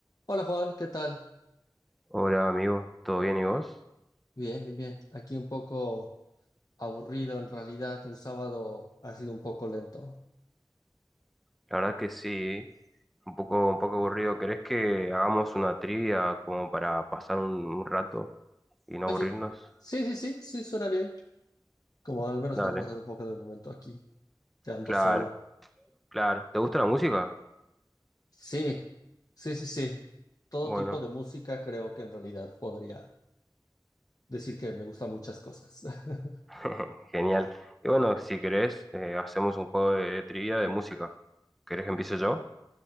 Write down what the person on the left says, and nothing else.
Hola Juan, ¿qué tal?
Bien, bien, bien. Aquí un poco aburrido en realidad. El sábado ha sido un poco lento.
Oye,
sí, sí, sí, sí, suena bien. Como al menos
para pasar un poco de momento aquí, quedando
solo.
Sí, sí, sí, sí. Todo
tipo de música creo que en realidad podría decir que me gustan muchas cosas. <laughs>